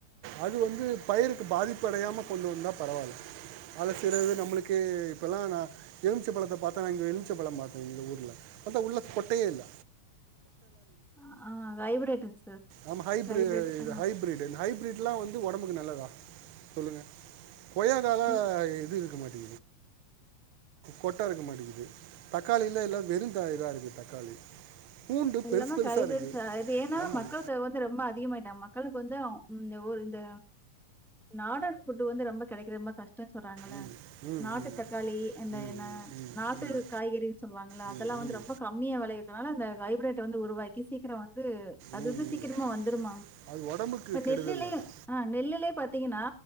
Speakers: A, on the right (about 70°); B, in the centre.
A: அது வந்து பயிருக்கு பாதிப்பு அடையாம கொண்டு வந்தா பரவால்ல அதுல சிலது நம்மளுக்கே இப்போல்லா நா எலுமிச்ச பழத்த பாத்தானா இங்கே எலுமிச்ச பழம் பார்த்தேங்க இந்த ஊர்ல அந்நிய உள்ள கொட்டையே இல்ல
B: அ ஆஹ் வைப்ரேட்டுங் சார்
A: ஆமா ஹைபிரி
B: ஹைப்ரேட்
A: இது
B: ஆ
A: ஹைபிரிட் ஹைபிரிட்லா வந்து ஒடம்புக்கு நல் ல்லதா சொல்லுங்க கொய்யாக்கால
B: ம்.
A: இது இருக்க மாட் கொட்ட இருக்க மாட்டேங்குது தக்காளில்ல எல்லா வெறும் இதா இருக்கு தக்காளி பூண்டு
B: எல்லாமே
A: பெருசு பெருசாக
B: கைபிரிஸ்தா
A: இருக்குது
B: இது ஏன்னனா
A: ஆமாம்
B: மக்கள் தேவ வந்து து ரொம்ப அதிகமாயிட்டா மக்களுக்கு வந்து ம் இந்த ஒரு இந்த நாடன் ஃபுட் வந்து ரொம்ப கெடைக்குற ரொம்ப கஷ்ட் டொ சொல்றாங்கள
A: ம் ம்
B: நாட்டு
A: ம்
B: தக்காளி இந்த
A: ம்
B: என்ன ப்ச்
A: ம் ம் ம்
B: நாட்டு காய்கறின்னு சொல்லுவாங்கள
A: ம்
B: அதெல்லா வந்து ரொம்ப கம்மியா வெளைய துனால அந்த ஹைபிரட் ட் வந்து உருவாக்கி சீக்கிர வந் து அது
A: ம் ம்
B: வந்து சீக்கிரமா
A: ம்
B: வந்துருமாம்
A: அது உடம்புக்கு
B: இப்ப
A: கெடுதல்
B: நெல்லுலே
A: அது
B: அ நெல்லுலே பாத் த்தீங்கன்னா